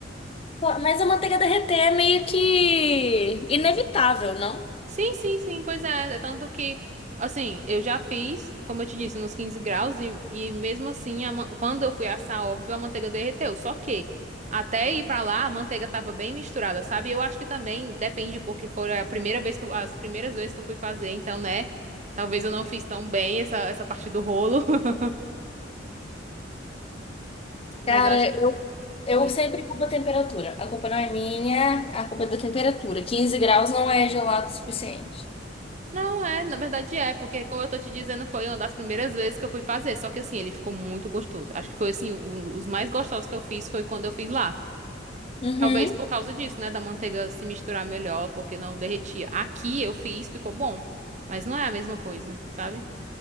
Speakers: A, on the left; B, on the right.
A: Mas a manteiga derreter é meio que inevitável, não?
B: Sim, sim, sim, pois é. é Tanto que, assim, eu já fiz, como eu te disse, nos 15 graus, e, e mesmo assim, a man- quando eu fui assar, óbvio, a manteiga derreteu. Só que, até ir pra lá, a manteiga tava bem misturada, sabe? Eu acho que também depende, porque foi a primeira vez que eu- as primeiras vezes que eu fui fazer, então, né? Talvez eu não fiz tão bem essa, essa parte do rolo, <laughs> mas
A: Cara,
B: eu acho que.
A: eu, eu
B: Oi.
A: sempre culpo a temperatura. A culpa não é minha, a culpa é da temperatura. quinze graus não é gelado o suficiente.
B: Não é, na verdade é, porque como eu tô te dizendo, foi uma das primeiras vezes que eu fui fazer, só que assim, ele ficou muito gostoso. Acho que foi assim, o- os mais gostosos que eu fiz foi quando eu fiz lá.
A: Uhum.
B: Talvez por causa disso, né, da manteiga se misturar melhor, porque não derretia. Aqui eu fiz, ficou bom, mas não é a mesma coisa, sabe?